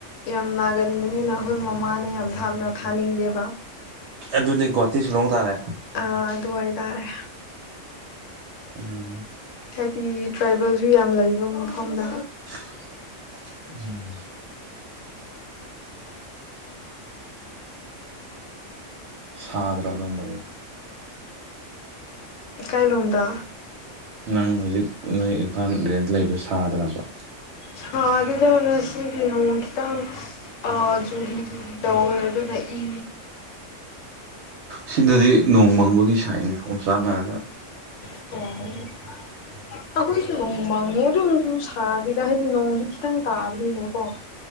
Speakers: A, on the left; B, on the right.
A: ꯌꯥꯝ ꯅꯥꯒꯟꯕꯅꯤꯅ ꯑꯩꯈꯣꯏ ꯃꯃꯥꯅ ꯌꯥꯝ ꯊꯥꯞꯅ ꯊꯥꯅꯤꯡꯗꯦꯕ
B: ꯑꯗꯨꯗꯤ ꯒꯨꯍꯥꯇꯤ ꯁꯤꯂꯣꯡ ꯇꯥꯔꯦ꯫
A: ꯑ ꯑꯗꯨ ꯑꯣꯏꯇꯥꯔꯦ꯫
B: ꯎꯝ
A: ꯍꯥꯏꯗꯤ ꯇ꯭ꯔꯥꯏꯕꯦꯜꯁꯨ ꯌꯥꯝ ꯂꯩꯕ ꯃꯐꯝꯗ
B: <unintelligible> ꯁꯥꯗ꯭ꯔꯥ ꯑꯗꯣꯝꯗꯗꯤ
A: ꯏꯀꯥꯏ ꯂꯣꯟꯗꯥ
B: ꯅꯪ ꯍꯧꯖꯤꯛ ꯅꯣꯏ ꯏꯝꯐꯥꯜ ꯔꯦꯟꯗ ꯂꯩꯗꯣ ꯁꯥꯗ꯭ꯔꯕ
A: ꯁꯗꯤꯗ ꯍꯅ ꯑꯁꯤꯅꯣꯡꯇ ꯑꯥ ꯖꯨꯔꯤ ꯖꯨꯔꯤ ꯇꯧꯋꯦ ꯑꯗꯨꯅ ꯏ
B: ꯁꯤꯗꯗꯤ ꯅꯣꯡꯃꯪꯕꯒꯤ ꯁꯥꯏꯠꯅꯦ ꯑꯣꯝꯆꯥꯛ ꯅꯥꯔꯒ
A: <unintelligible> ꯑꯩꯈꯣꯏꯁꯨ ꯅꯣꯡ ꯃꯪꯉꯦ ꯑꯗꯨꯝ ꯁꯥꯗꯦꯗ ꯍꯥꯏꯗꯤ ꯅꯣꯡꯗꯤ ꯈꯤꯇꯪ ꯇꯥꯕꯅꯤꯅꯀꯣ